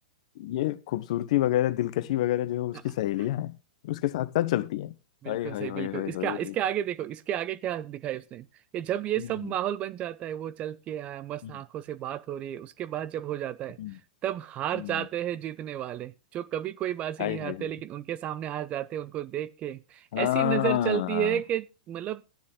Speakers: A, on the left (about 60°); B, on the right (about 35°).
A: ये खूबसूरती वगैरह दिलकशी वगैरह जो है उसकी
B: हाँ,
A: सहेलियां हैं उसके साथ साथ चलती हैं
B: बिल्कुल
A: हाय हाय
B: सही बिल्कुल
A: हाय हाय
B: इसके
A: हाय
B: इसके आगे देखो इसके आगे क्या दिखाया उसने कि जब ये
A: हम्म
B: सब माहौल बन जाता है वो चल के आया मस्त
A: हम्म,
B: आंखों से बात हो रही है उसके बाद जब हो जाता है
A: हम्म,
B: तब हार
A: हम्म,
B: जाते हैं जीतने वाले जो कभी कोई बाजी
A: हाय
B: नहीं हारते
A: हाय हाय
B: लेकिन उनके सामने हार जाते हैं उनको देख के
A: हाँ
B: ऐसी नजर चलती है कि मतलब